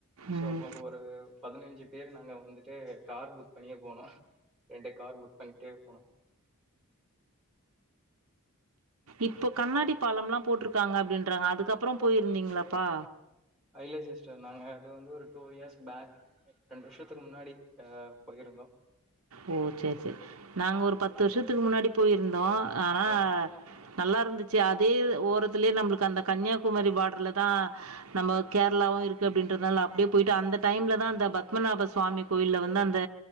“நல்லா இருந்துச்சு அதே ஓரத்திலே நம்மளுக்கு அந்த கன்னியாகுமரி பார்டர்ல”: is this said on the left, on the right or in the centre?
Right